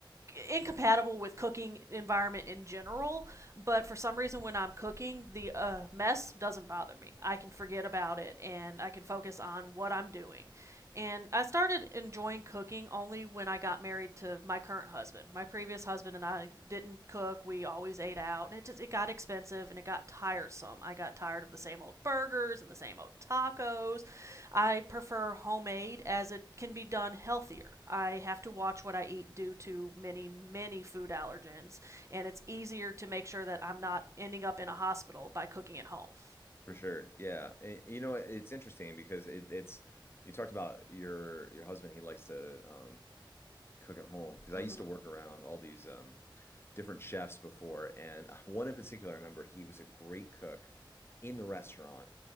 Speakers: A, on the right; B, on the left.
A: incompatible with cooking environment in general but for some reason when i'm cooking the uh, mess doesn't bother me i can forget about it and i can focus on what i'm doing and i started enjoying cooking only when i got married to my current husband my previous husband and i didn't cook we always ate out and it just it got expensive and it got tiresome. I got tired of the same old burgers and the same old tacos. I prefer homemade as it can be done healthier. I have to watch what I eat due to many many food allergens and it's easier to make sure that I'm not ending up in a hospital by cooking at home.
B: for sure. Yeah. And, you know, it's interesting because it, it's you talked about your your husband, he likes to um cook at home because I
A: Mhm.
B: used to work around all these um different chefs before, and uh, one in particular, I remember he was a great cook in the restaurant,